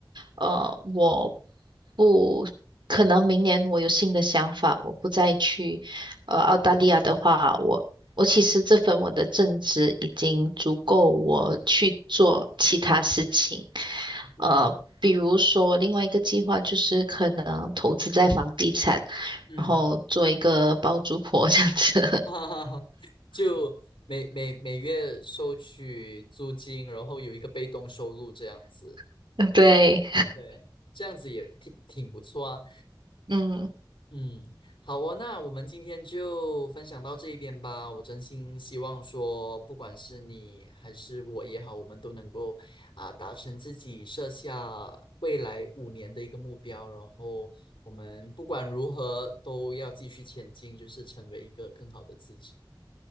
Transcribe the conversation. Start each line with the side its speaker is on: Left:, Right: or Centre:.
Right: 呃，我不可能明年我有新的想法，我不再去呃澳大利亚的话，我我其实这份我的正职已经足够我去做其他事情。
Left: 嗯
Right: 呃，比如说另外一个计划就是可能投资在房地产，
Left: 嗯，
Right: 然后做一个包租婆这样子。
Left: <laughs> 哈哈哈，就每每每月收取租金，然后有一个被动收入这样子，
Right: <laughs> 对，
Left: 对，这样子也挺挺不错啊。
Right: 嗯
Left: 嗯，好哦，那我们今天就分享到这一边吧。我真心希望说，不管是你还是我也好，我们都能够啊、达成自己设下未来五年的一个目标，然后我们不管如何都要继续前进，就是成为一个更好的自己。